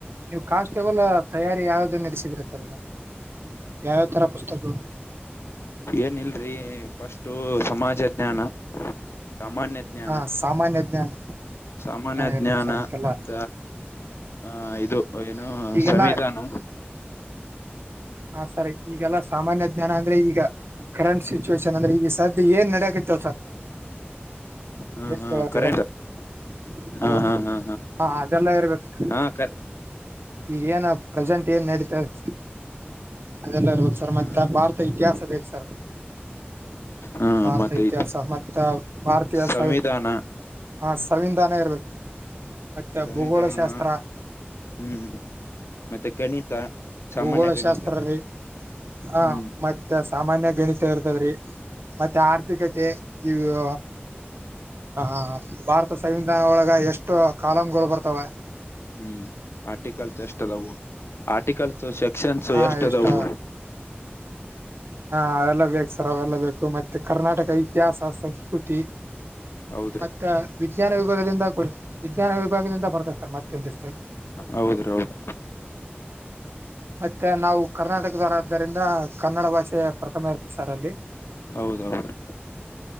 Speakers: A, on the right; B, on the left.
A: ನೀವು ಕಾನ್ಸ್ಟೇಬಲ್ ತಯಾರಿ ಯಾವ್ದೇ ನಡೆಸಿದಿರುತ್ತಾರೆ ಈಗ ಯಾವ್ಯಾವ ತರ ಪುಸ್ತಕಗಳು
B: ಏನಿಲ್ರಿ ಫಸ್ಟು ಸಮಾಜ ಜ್ಞಾನ, ಸಾಮಾನ್ಯ ಜ್ಞಾನ.
A: ಹಾ ಸಾಮಾನ್ಯ ಜ್ಞಾನ.
B: ಸಾಮಾನ್ಯ
A: ಇರ್ಬೇಕು
B: ಜ್ಞಾನ
A: ಸರ್ ಅದಕ್ಕೆಲ್ಲ
B: ಮತ್ತ. ಹಾ ಇದು ಏನು
A: ಈಗೆಲ್ಲಾ
B: ಸಂವಿಧಾನ.
A: ಹಾ ಸರಿ ಈಗೆಲ್ಲ ಸಾಮಾನ್ಯ ಜ್ಞಾನ ಅಂದ್ರೆ ಈಗ ಕರೆಂಟ್ ಸಿಚುವೇಶನ್. ಈಗ ಸದ್ಯ ಏನ್ ನೆಡಿಯಕತದ <unintelligible>
B: ಹ ಹ ಕರೆಂಟ್
A: ಹಲೋ
B: ಹಾ ಹಾ ಹಾ
A: ಹಾ ಅದೆಲ್ಲ ಇರ್ಬೇಕುರೀ.
B: ಹಾ ಕ.
A: ಈಗ ಏನ ಪ್ರೆಸೆಂಟ್ ಏನ್ ನಡೀತದೆ. ಅದೆಲ್ಲಾ ಇರ್ಬೇಕು ಸರ್ ಮತ್ತ
B: ಹಾ ರೀ
A: ಭಾರತದ ಇತಿಹಾಸ ಬೇಕ್ ಸರ್
B: ಹಾ
A: ಭಾರತ
B: ಮತ್ತೆ
A: ಇತಿಹಾಸ ಮತ್ತ ಭಾರತಿಯಸ.
B: ಸಂವಿಧಾನ
A: ಹ ಸಂವಿಧಾನ ಇರ್ಬೇಕು ಮತ್ತೆ
B: ಸಂವಿಧಾನ
A: ಭೂಗೋಳಶಾಸ್ತ್ರ.
B: ಹ್ಮ್ ಮತ್ತೆ ಗಣಿತ ಸಾಮಾನ್ಯ
A: ಭೂಗೋಳ
B: ಗಣಿತ
A: ಶಾಸ್ತ್ರರೀ ಹಾ
B: ಹ್ಮ್
A: ಮತ್ತ. ಮತ್ತೆ ಸಾಮಾನ್ಯ ಗಣಿತ ಇರ್ತದ್ರಿ ಮತ್ತೆ ಆರ್ಥಿಕತೆ ಇವು. ಆ ಭಾರತ ಸಂವಿಧಾನ ಒಳಗ ಎಷ್ಟು ಕಾಲೂಮ್ಗಳು ಬರ್ತಾವೇ.
B: ಹ್ಮ್ ಆರ್ಟಿಕಲ್ಸ್ ಎಷ್ಟು ಅದವು ಆರ್ಟಿಕಲ್ಸ್. ಸೆಕ್ಷನ್
A: ಹಾ
B: ಎಷ್ಟು
A: ಎಷ್ಟ
B: ಅದವು.
A: ಹಾ ಅವೆಲ್ಲ ಬೇಕು ಸರ್ ಅವೆಲ್ಲ ಬೇಕು ಮತ್ತೆ ಕರ್ನಾಟಕ ಇತಿಹಾಸ ಸಂಸ್ಕೃತಿ.
B: ಹೌದ್ರಿ.
A: ಮತ್ತ ವಿಜ್ಞಾನ ವಿಭಾಗದಿಂದ ವಿಜ್ಞಾನ ವಿಭಾಗದಿಂದ ಬರ್ತದೆ ಸರ್ ಮತ್ತೊಂದಿಷ್ಟು.
B: ಹೌದ್ರಿ ಹೌದು
A: ಮತ್ತೆ ನಾವು ಕರ್ನಾಟಕದವರಾದ್ದರಿಂದ ಕನ್ನಡ ಭಾಷೆ ಪ್ರಥಮ ಇರ್ತ ಸರ್ ಅಲ್ಲಿ.
B: ಹೌದ್ ಹೌದ್ರಿ.